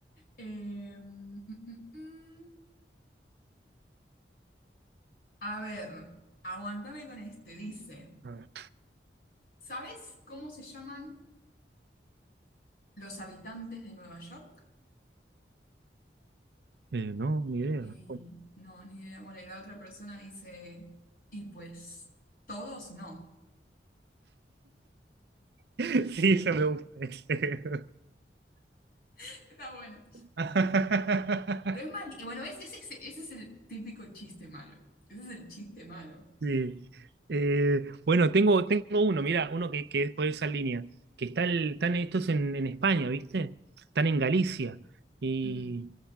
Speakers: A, on the left; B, on the right.
A: Eh, mm, mm, mm. A ver, aguantame con este. Dice,
B: A ver.
A: ¿sabes cómo se llaman los habitantes de Nueva York?
B: Eh, no, ni idea.
A: Ey, no, ni idea. Bueno, y la otra persona dice, y pues todos no.
B: <laughs> Sí, eso me gusta. <laughs> ese.
A: <laughs> Está bueno.
B: <laughs>
A: Pero es mal, y bueno, es- es ese, ese es el típico chiste malo. Ese es el chiste malo.
B: Sí. Eh, bueno, tengo, tengo uno, mira, uno que, que es por esa línea, que está el- están estos en, en España, ¿viste? Están en Galicia. Y,
A: Mm.